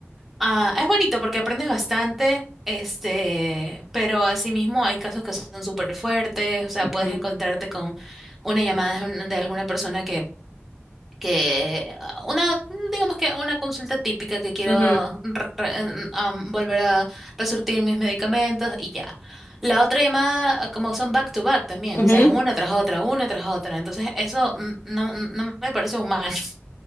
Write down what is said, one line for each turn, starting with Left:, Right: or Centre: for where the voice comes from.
Centre: ah, es bonito porque aprendes bastante, este, pero asimismo hay casos que son súper fuertes, o sea,
Left: Ujú,
Centre: puedes encontrarte con una llamada de un- de alguna persona que que ah, una, mm, digamos que una consulta típica que quiero
Left: ujú,
Centre: re- re- mm, am, volver a resurtir mis medicamentos y ya. La otra llamada, ah, como son back to back también,
Left: ujú.
Centre: o sea, es una tras otra, una tras otra. Entonces, eso mm, no, no me parece humano <laughs>